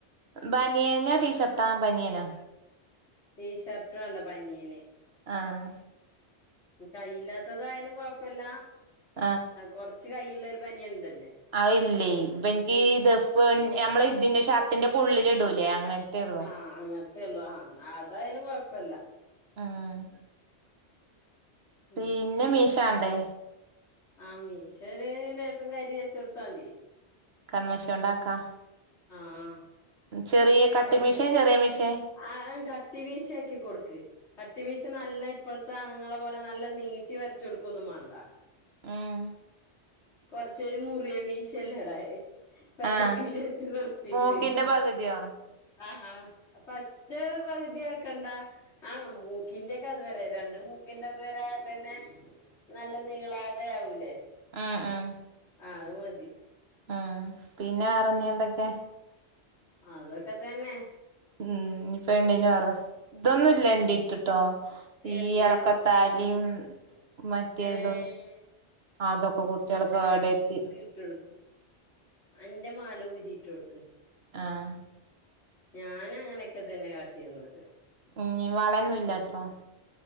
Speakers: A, on the right; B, on the left.
A: ബനിയേനോ ടീഷർട്ടാ ബനിയേനോ
B: ടീഷർട്ട് വേണ്ട ബനീയന്
A: ആഹ്
B: കൈയില്ലാത്തതായാലും കൊഴപ്പില്ല
A: ആഹ്
B: കൊറച്ച് കൈഉളള ഒരു ബനിയനുണ്ടേലോ
A: അഇല്ലേ ഇബൻക്കീ ദഫ് നമ്മള് ഇതിന്റെ ഷർട്ടിന്റെക്കെ ഉള്ളില്ടൂലേ അങ്ങൻത്തേ ഉള്ളു
B: ആഹ് അങ്ങനെ അതെല്ലു ആഹ് അതായാലും കുഴപ്പമില്ല
A: അഹ്
B: ഉം
A: പ്പിന്നെ മീഷണ്ടേ
B: ആഹ് മീഷര് ലേസം കരി വെച് കൊടുത്താതി
A: കന്മഷി കൊണ്ട് ആകാം
B: ആഹ്
A: ചെറിയ കട്ടി
B: കൊറച്ച്
A: മീശ ചെറിയ മീശേ
B: ആഹ് കട്ടി മീശയാക്കി കൊടുക്ക് കട്ടിമീശ നല്ല ഇപ്പോഴത്തെ അണുങ്ങളെ പോലെ നല്ല നീട്ടി വരച് കൊടുക്കൊന്നും മാണ്ട
A: ആഹ്
B: കൊറച്ചേര് മുറിയ മീശല്ലട പകുതീല്
A: ആഹ്
B: വെച് നിർത്തിട്ട്
A: മൂക്കിന്റെ പകുതിയോ
B: ആഹ് ആഹ് പറ്റ പകുതിയാക്കണ്ട ആഹ് മൂക്കിന്റെ ഒക്കെ അതുവരെ രണ്ട് മൂക്കിന്റെ അതുവരെ ആയാതന്നെ നല്ല നീളാതെ ആവൂലേ
A: ആഹ് ആഹ്
B: ആഹ് അത് മതി
A: അഹ് പിന്നെ വെറെനി എന്തൊക്കെ
B: അതൊക്കെ തന്നെ
A: ഉം ഇനിപ്പോ പെണ്ണീന് പറ ഇതൊന്നും ഇല്ല എണ്ടീട്ടോ ഈ
B: എന്ത്
A: ഇളക്ക താലീം മറ്റേതൊന്നും
B: ഏഹ്
A: അതൊക്കെ കുട്ടികൾ കേടെര്ത്തി
B: ഉം അന്റെ മാലാ ഒരി ഇട്ട് കൊടുക്ക്
A: ആഹ്
B: ഞാൻ അങ്ങനെയൊക്കെ തന്നെ കാട്ടിരുന്നത്
A: ഉം വളയൊന്നുംല്ല കേട്ടോ